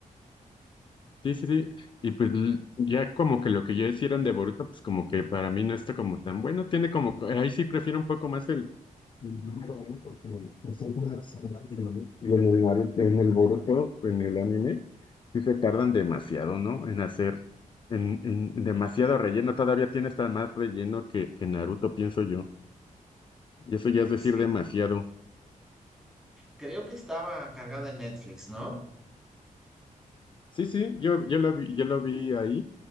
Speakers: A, on the left; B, in the centre.
A: Sí, sí, sí. Y pues l- ya como que lo que ya hicieron de Boruto, pues como que para mí no está como tan bueno. Tiene como, co- ahí sí prefiero un poco más el... el manga, ¿no? Porque, pues, es una- Y en el Naruto, en el Boruto, en el anime, sí se tardan demasiado, ¿no? En hacer, en, en en demasiado relleno. Todavía tiene hasta más relleno que, que Naruto, pienso yo. Y eso
B: Bien,
A: ya es decir
B: sí.
A: demasiado.
B: Creo que estaba cargada en Netflix, ¿no?
A: Sí, sí, yo, yo lo vi, yo lo vi ahí.